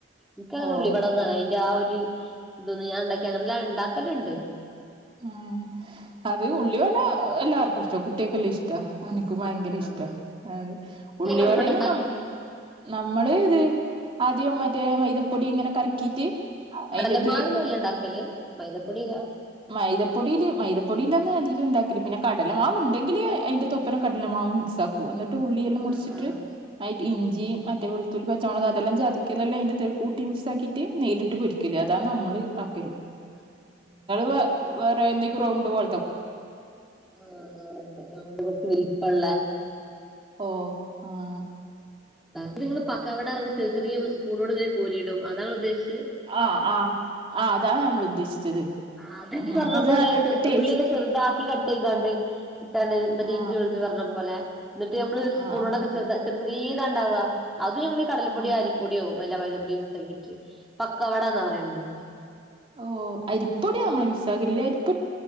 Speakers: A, in the centre; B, on the right (about 30°).
A: ഇക്ക് അങ്ങനെ
B: ഓ
A: ഉള്ളി ഉള്ളി വട. ആഹ് അയിന്റെ ആ ഒരു ഇതൊന്നു ഞാൻ ഇണ്ടാക്കി അങ്ങനെല്ല ഇണ്ടാക്കല്ണ്ട്.
B: ഉം അത് ഉള്ളിവട എല്ലാർക്കും ഇഷ്ട കുട്ട്യേക്കല്ല ഇഷ്ട അന ക്കും ഭയങ്കര
A: ഇങ്ങളെങ്ങനെ
B: ഇഷ്ട അതെ ഉള്ള
A: ഉള്ളിവട
B: വടേൽ
A: ഇണ്ടാക്കല്
B: നമ്മ നമ്മള് ഇത് ആദ്യം മറ്റേ മൈദപ്പൊടി ഇങ്ങനെ കലക്കീട്ട്
A: കടലമാവിലല്ല
B: അയിന്റത്ത്
A: ഇണ്ടാക്കല് മൈതപ്പൊടീല്ലാ.
B: മൈദപ്പൊടിയില് മൈദപ്പൊടിലൊന്നും അധികം ഉണ്ടാക്കില്ല പിന്നെ കടലമാവ്. ഉണ്ടെങ്കില് അതിന്റെ തൊപ്പ അപ്പം കടലമാവ് മിക്സ് ആക്കും എന്നിട്ട് ഉള്ളി കള് മുറിച്ചിട്ട്
A: ആഹ് ആഹ്
B: ഇഞ്ചി മറ്റേ ത്തുള്ളി പച്ച മൊളക് അതെല്ലാം ചതിക്കലെല്ലാം അതിന്റെ കൂട്ടി മികസാക്കിട്ട് നെയിലിട്ട് പൊരിക്കല് പ അതണ് നമ്മൾ ആക്കല്
A: ആഹ്
B: പ്പോ വേറെ <unintelligible> റൗണ്ട് പോ
A: ആണ്ട് അതോണ്ട് കൊറ്ച്ച് വെൽപ്പംള്ള
B: ഓഹ് ആഹ്
A: ഇതിങ്ങള് പക്കാവടറഞ് ചെറിയ ചെറിയ സ്പൂണിനോട് ഇങ്ങനെ കൊരിയിടും അതാങ്ങള് ഉദ്ദേശച്ച്.
B: ആഹ് ആഹ് ആഹ് അതാണ് നമ്മൾ ഉദ്ദേശിച്ചത്
A: ആഹ് അത് ഇയ്യ്
B: ഉം
A: പറഞ്ഞ
B: അത്
A: പോലെ
B: നല്ല
A: ചെറു
B: ടേസ്റ്റ്
A: ഉള്ള്യക്കെ ചെറുതാക്കി കട്ട് ചെയ്താണ്ട് ഇട്ടാണ്ട് മറ്റേ
B: ആ
A: ഇഞ്ചി വെളു പറഞ്ഞ പോലെ ഇന്നട്ട് ഞമ്മൾ ഒരു സ്പൂണോടൊക്കെ
B: ആ ആ
A: ചെറിയ ചെർ ചെറ്യേതാണ്ടാവ അതും ഞങ്ങ കടലപൊടിയോ
B: ആ
A: അരിപ്പൊട്യാെ മൈതപ്പൊടിയും മിക്സാക്കിട്ട് പക്കവടന്ന പറയുന്നത്
B: ഓഹ് അരിപ്പൊടി നമ്മള് മിസ്സാക്കില്ല <unintelligible>